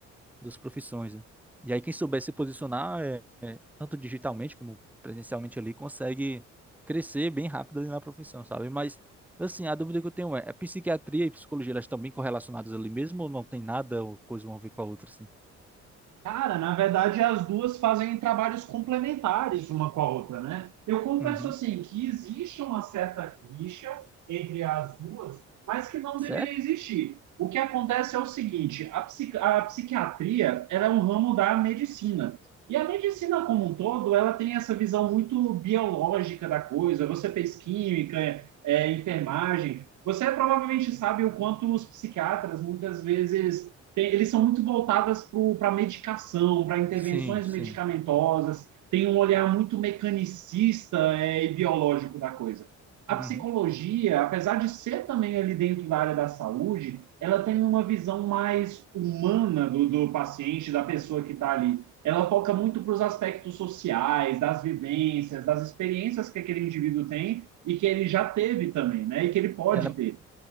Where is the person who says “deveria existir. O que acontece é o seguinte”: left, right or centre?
Right